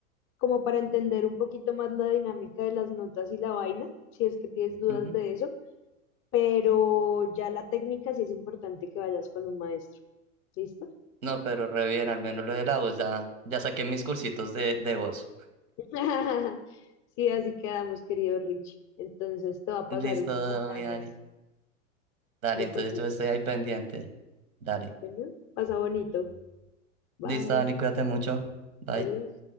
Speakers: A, on the left; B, on the right.
A: como para entender un poquito más la dinámica de las notas y la vaina, si es que tienes dudas
B: Ujú.
A: de eso. Pero ya la técnica sí es importante que vayas con un maestro. ¿Listo?
B: No, pero re bien, al menos lo de la voz, ya, ya saqué mis cursitos de, de voz.
A: <laughs> Sí, así quedamos, querido Richie. Entonces te va a pasar
B: Listo,
A: unos enlaces.
B: mi Dani. Dale,
A: de
B: entonces
A: cositas.
B: yo estoy ahí pendiente. Dale.
A: Bueno, pasa bonito. Bye.
B: Listo, Dani, cuídate mucho. Bye.
A: Adiós.